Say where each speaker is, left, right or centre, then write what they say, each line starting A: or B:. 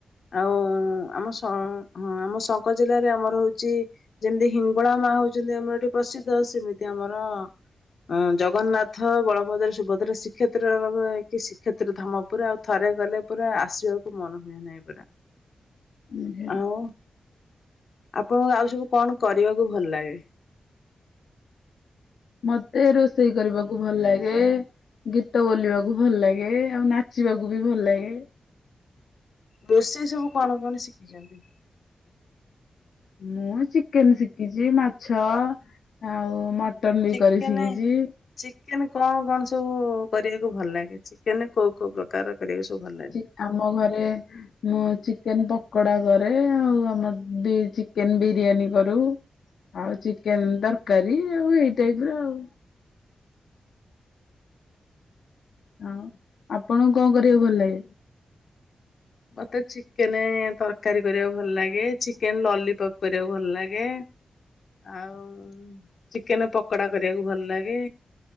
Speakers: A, on the left (about 55°); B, on the left (about 75°).
A: ଆଉ ଆମ ସ - ହଁ ଆମ ଶଙ୍କ ଜିଲ୍ଲାରେ ଆମର ହଉଛି ଯେମିତି ହିଙ୍ଗଳା ମା ହଉଛନ୍ତି ଆମର ପ୍ରସିଦ୍ଧ ସେମିତି- ଆମର ଅଁ ଜଗନ୍ନାଥ, ବଳଭଦ୍ର, ସୁଭଦ୍ରା ଶ୍ରୀକ୍ଷେତ୍ର ରହିକି ଶ୍ରୀକ୍ଷେତ୍ର ଧାମ ଉପରେ ଆଉ ଥ ରେ ଗଲେ ପରା ଆସିବାକୁ ମନ ହୁଏ ନାହିଁ ପରା।
B: ଉଁ ହେ <unintelligible>
A: ଆଉ ଆପଣଙ୍କୁ ଆଉ ସବୁ କଣ କରିବାକୁ ଭଲ ଲାଗେ?
B: <inaudible> ମତେ ରୋଷେଇ କରିବାକୁ ଭଲ ଲାଗେ। ଗୀତ ବୋଲିବାକୁ ଭଲ ଲାଗେ ଆଉ ନାଚିବାକୁ ବି ଭଲ ଲାଗେ।
A: ରୋଷେଇ ସବୁ କଣ କଣ ଶିଖିଚନ୍ତି?
B: ମୁଁ ଚିକେନ ଶିଖିଚି ମାଛ ଆଉ ମ ର୍ଟନ ବି
A: ଚିକେନ
B: କରି ଶିକିଚି।
A: ଚିକେନ କଣ କଣ ସବୁ କରିବାକୁ ଭଲ ଲାଗେ। ଚିକେନରେ କୋଉ କୋଉ ପ୍ରକାର କରିବାକୁ ସବୁ ଭଲ ଲାଗେ?
B: ଚି ଆମ ଘରେ ମୁଁ ଚିକେନ ପକୋଡା କରେ ଆଉ ଆମର ବି ଚିକେନ ବିରିୟାନୀ କରୁ। ଆଉ ଚିକେନ ତରକାରୀ ଆଉ ଏଇ ଟାଇପର ଆଉ। ହଁ ଆପଣଙ୍କୁ କଣ କରିବାକୁ ଭଲ ଲାଗେ।
A: ମତେ ଚିକେନେ ତରକାରୀ କରିବାକୁ ଭଲ ଲାଗେ। ଚିକେନ ଲଲିପପ୍ କରିବାକୁ ଭଲ ଲାଗେ। ଆଉ ଚିକେନ ପକଡା କରିବାକୁ ଭଲ ଲାଗେ।